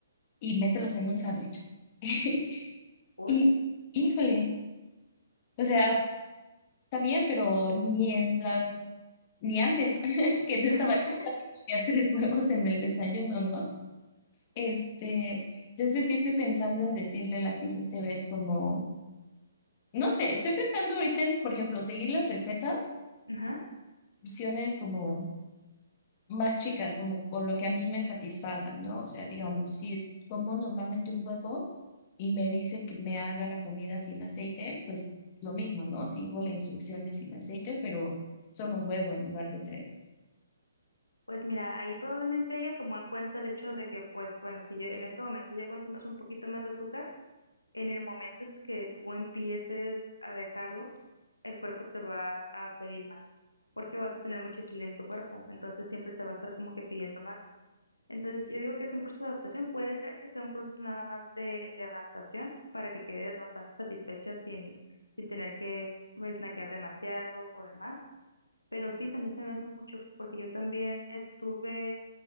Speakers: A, on the left; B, on the left.
A: y mételos en un sándwich. <laughs>
B: Uy.
A: Y, híjole, o sea, está bien, pero ni en la ni antes, <laughs> que no estaba
B: <laughs>
A: yo también comía tres huevos en el desayuno, ¿no? Este, entonces sí estoy pensando en decirle la siguiente vez como, no sé, estoy pensando ahorita en, por ejemplo, seguir las recetas,
B: Ajá.
A: opciones como más chicas, como con lo que a mí me satisfaga, ¿no? O sea, digamos, si es como normalmente un huevo y me dice que me haga la comida sin aceite, pues lo mismo, ¿no? Sigo la instrucción de sin aceite, pero solo un huevo en lugar de tres.
B: Pues mira, ahí probablemente ella tomó en cuenta el hecho de que, pues bueno, si ya- en este momento ya consumes un poquito más de azúcar, en el momento en que tú empieces a dejarlo, el cuerpo te va a pedir más, porque vas a tener mucha insulina en tu cuerpo, entonces siempre te va a estar como que pidiendo más. Entonces, yo digo que es un proceso de adaptación. Puede ser que sea un proceso nada más de, de adaptación para que quedes bastante satisfecha sin, sin tener que snackear demasiado o demás. Pero sí, también se me hace mucho porque yo también estuve,